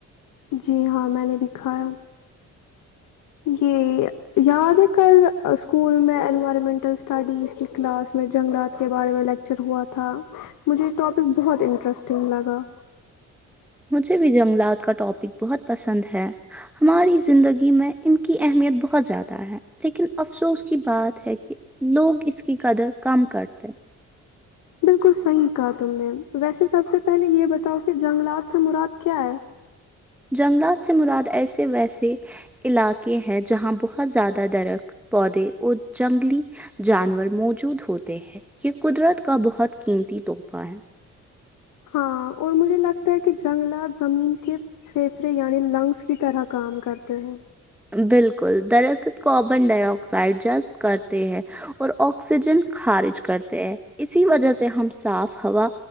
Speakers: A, on the left; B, in the centre.
A: جی ہاں میں نے بھی کھایا یہ یاد ہے کل اسکول میں انوائرمنٹل اسٹڈیز کی کلاس میں جنگلات کے بارے میں لیکچر ہوا تھا مجھے ٹاپک بہت انٹرسٹنگ لگا
B: مجھے بھی جنگلات کا ٹاپک <unintelligible> بہت پسند ہے <inaudible> ہماری زندگی میں ان کی اہمیت بہت زیادہ ہے لیکن افسوس کی بات ہے کہ لوگ اس کی قدر کم کرتے
A: بالکل صحیح کہا تم نے ویسے سب سے پہلے یہ بتاؤ کہ جنگلات سے مراد کیا ہے
B: جنگلات سے مراد ایسے ویسے علاقے ہیں جہاں بہت زیادہ درخت پودے اور جنگلی <unintelligible> جانور موجود ہوتے ہیں یہ قدرت کا بہت قیمتی تحفہ ہے
A: ہاں اور مجھے لگتا ہے کہ جنگلات زمین کے پھیپھڑے یعنی لنگس کی طرح کام کرتے ہیں
B: بالکل درخت کاربن ڈائی آکسائڈ جذب کرتے ہیں اور آکسیجن خارج کر کرتے ہیں اسی وجہ سے سے ہم صاف ہوا